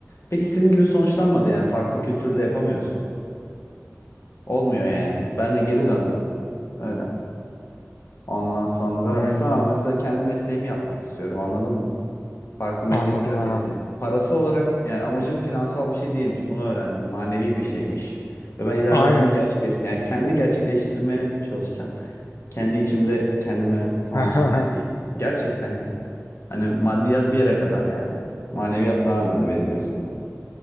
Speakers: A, on the left; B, on the left.
A: Pek istediğim gibi sonuçlanmadı yani. Farklı kültürde yapamıyorsun. Olmuyor yani. Ben de geri döndüm. Öyle. Ondan sonra
B: Hmm.
A: şu an mesela kendi mesleğimi yapmak istiyorum anladın mı? Farklı meslekler
B: Anladım anladım.
A: diye hani parası olarak yani amacım finansal bir şey değilmiş. Bunu öğrendim. Manevi bir şeymiş. Ve ben ileride
B: Aynen.
A: bunu gerçekleştir yani kendi gerçekleştirmeye çalışacağım. Kendi içimde kendime tamamlamaya
B: <laughs>
A: değil. Gerçekten ya. Hani maddiyat bir yere kadar yani. Maneviyat daha önemli benim gözümde.